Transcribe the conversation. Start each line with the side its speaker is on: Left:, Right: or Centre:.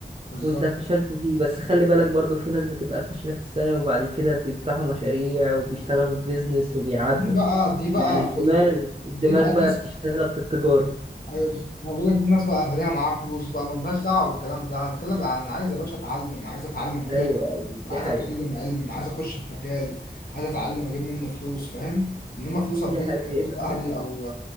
Left: بالظبط
Right: وانت فشلت فيه بس خلي بالك برضو في ناس بتبقى فاشلة في السنة وبعد كده بيفتحوا مشاريع وبيشتغلوا في بيزنس وبيعدوا
Left: دي بقى
Right: يعني
Left: دي بقى
Right: يعني الدماغ
Left: خ-
Right: الدماغ
Left: دي بقى الناس
Right: بقى بتشتغل في التجارة
Left: أيوة، انا بقول لك دي الناس بقى اهاليها معاها فلوس بقى مالناش دعوه بالكلام ده انا بتكلم انا عايز يا باشا اتعلم عايز اتعلم كده
Right: ايوه ايوه
Left: عايز
Right: دي حقيقة
Left: اتعلم علم عايز اخش في مجال عايز اتعلم اجيب منه فلوس فاهم انما فلوس ابويا
Right: دي حقيقة
Left: فلوس اهلي
Right: فعلا
Left: او